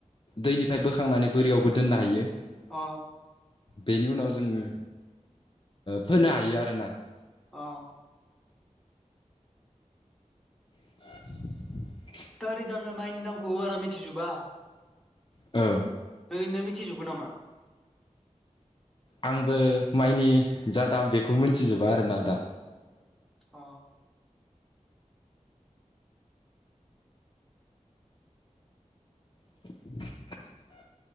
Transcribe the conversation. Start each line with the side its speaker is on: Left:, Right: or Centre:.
Left: दैनिफ्राय बोखांनानै बोरियावबो दोननो हायो।
Centre: अ
Left: बेनि उनाव जोङो फोनो हायो आरोना।
Centre: अ
Left: <unintelligible>
Centre: दारि दाआङो माइनि नामखौबो बारा मिथिजोबा।
Left: औ
Centre: ओरैनो मिथिजोबगोन नामा?
Left: आंबो माइनि जा दाम बेखौ मोनथिजोबा आरोना दा।
Centre: अ
Left: <inaudible>